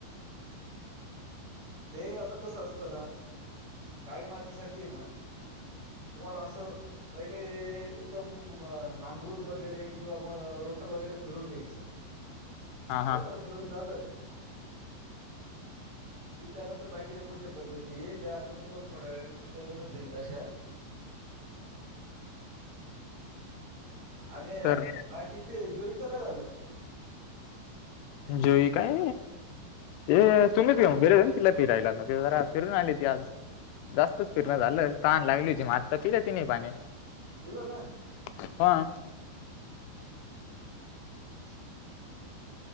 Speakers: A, on the right; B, on the left.
A: ते आता कसं असत ना काळी मातीसाठीठी ना तुम्हाला असं पहिले एकदम नांगरून वगैरे किंवा मग रोटर वगैरे फिरून घ्यायचं
B: हा
A: रोटर
B: हा
A: फिरून झालं की त्यानंतर बाकीच्या पुढच्या पद्धती आहे त्या आता मी तुम्हाला थोड्या वेळेने सकळूनच देईल तशा आणि
B: तर
A: बाकी ते जोईचं काय झालं
B: जई काय ए तुम्च घेऊ बरेऊिला पिराला ज फिरून आली त आज जास्तच फिरण
A: आ
B: झालं तान लागली होतीी मातता पि ति नाही पाणी
A: पला ना
B: ह
A: <unintelligible>